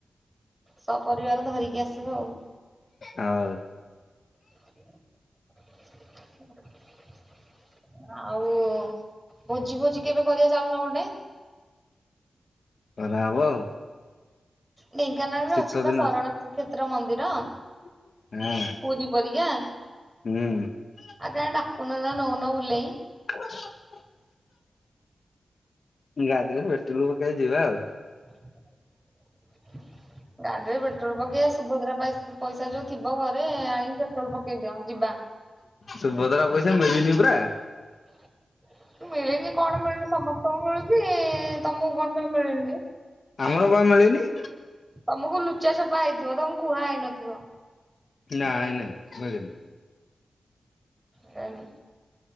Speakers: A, on the right; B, on the left.
A: ସ ପରିବାର ଧରିକି ଆସିବ ଆଉ।
B: ହଉ।
A: <inaudible> ଆଉ ଭୋଜି ଫୋଜି କେବେ କରିବା ଚାଲୁନ ଗୋଟେ।
B: କରା ହବ ଆଉ।
A: ଢେଙ୍କାନାଳରେ
B: ଶୀତ
A: ଅଛି ପା
B: ଦିନ
A: ଶରଣ ଶ୍ରୀକ୍ଷେତ୍ର ମନ୍ଦିର।
B: ହୁଁ
A: ପୁରୀ ପରିକା
B: ହୁଁ।
A: ଆଉ କାଇଁ ଡାକୁନ ନା ନଉନ ବୁଲେଇ?
B: <unintelligible> ଗାଡିରେ ପେଟ୍ରଲୁ ପକେଇ ଯିବା ଆଉ।
A: <inaudible> ଗାଡିରେ ପେଟ୍ରୋଲ ପକେଇବା ସୁଭଦ୍ରା ପଇସା ଯୋଉ ଥିବ ଘରେ ଆ ପେଟ୍ରୋଲ ପକେଇ ଦିଅ ଯିବା।
B: ସୁଭଦ୍ରା ପଇସା ମିଳିନି ପରା।
A: <inaudible> ମିଳିନି କଣ ମିଳୁନି ସମସ୍ତଙ୍କୁ ମିଳୁଚି। ତମକୁ କଣ ପାଇଁ ମିଳିନି?
B: ଆମର ପା ମିଳିନି।
A: ତମକୁ ଲୁଚା ଛପା ହେଇଥିବ। ତମକୁ କୁହା ହେଇନଥିବ।
B: ନାଇଁ ନାଇଁ ମିଳିନି।
A: <unintelligible>